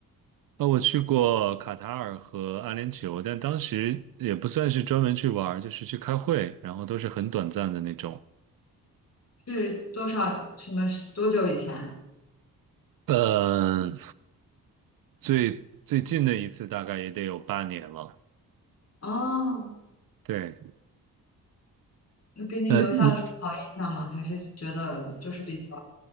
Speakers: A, on the right (about 65°); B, on the left (about 40°).
A: 呃，我去过卡塔尔和阿联酋，但当时也不算是专门去玩儿，就是去开会，然后都是很短暂的那种。
B: 是多少什么多久以前？
A: 呃，最最近的一次大概也得有八年了。
B: 哦，
A: 对，
B: 那给你留下了什么好印象吗？
A: 呃，你，
B: 还是觉得就是比较